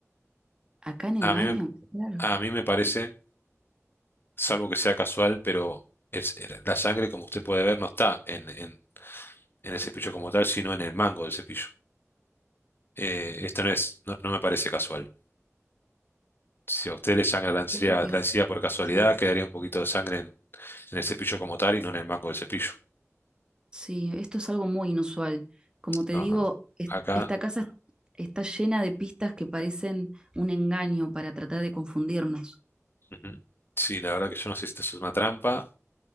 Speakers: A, on the right; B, on the left.
A: acá en el
B: A
A: baño,
B: mí me,
A: claro.
B: a mí me parece, salvo que sea casual, pero es, la sangre, como usted puede ver, no está en, en, en el cepillo como tal, sino en el mango del cepillo. Eh, esto no es, no, no me parece casual. Si a usted le sangra la encía,
A: Siento que
B: la
A: es.
B: encía por casualidad,
A: Sí.
B: quedaría un poquito de sangre en, en el cepillo como tal y no en el mango del cepillo.
A: Sí, esto es algo muy inusual. Como te
B: No,
A: digo,
B: no, no.
A: es-
B: Acá,
A: esta casa está llena de pistas que parecen un engaño para tratar de confundirnos.
B: ujú. Sí, la verdad que yo no sé si esto es una trampa,